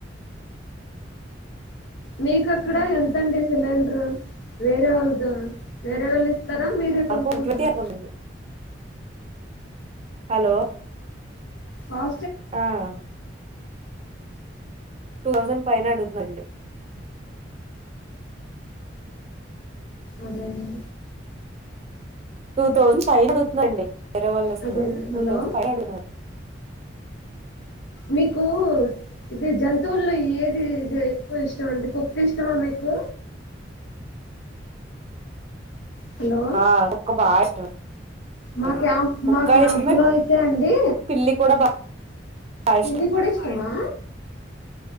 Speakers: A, on the left; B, on the right.
A: మీక అక్కడ ఎంతండి సిలిండర్ వేరే వాళ్ళదు వేరే వాళ్ళు ఇస్తారా మీరే
B: <unintelligible>
A: కొనుక్కుంటారా
B: హలో
A: ఆ
B: ఆ టూ థౌజండ్ పైన అడుగుతుందండి
A: అదేండి
B: టూ థౌజండ్ ఫైవ్ అగుతుందండి వేరే వాళ్ళు వస్తారు
A: అదే హలో
B: టూ థౌసండ్ ఫైవ్ అన్నారు
A: మీకు ఇది జంతువుల్లో ఏదిది ఎక్కువ ఇష్టం అండి కుక్క ఇష్టమా మీకు హలో
B: ఆ కుక్క బాగా ఇష్టం
A: మా
B: అండి
A: క్యాంప్
B: కుక్క
A: మా క్యాంపు
B: ఇష్టమే
A: లో అయితే అండి
B: పిల్లి కూడా బాగా
A: పిన్ని
B: ఇష్టం
A: కూడా ఇష్టమా